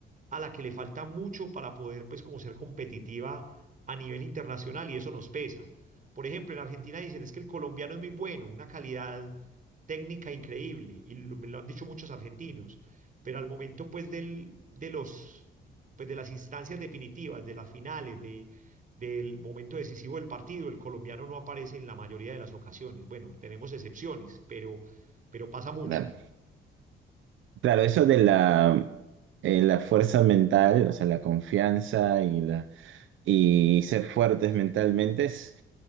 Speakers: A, on the right; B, on the right.
A: a la que le falta mucho para poder pues como ser competitiva a nivel internacional y eso nos pesa. Por ejemplo, en Argentina dicen es que el colombiano es muy bueno, una calidad técnica increíble y lo- me lo han dicho muchos argentinos, pero al momento pues del, de los pues de las instancias definitivas, de las finales, de del momento decisivo del partido, el colombiano no aparece en la mayoría de las ocasiones. Bueno, tenemos excepciones, pero pero pasa mucho.
B: Claro. Claro, eso de la, eh, la fuerza mental, o sea, la confianza y la y ser fuertes mentalmente, es-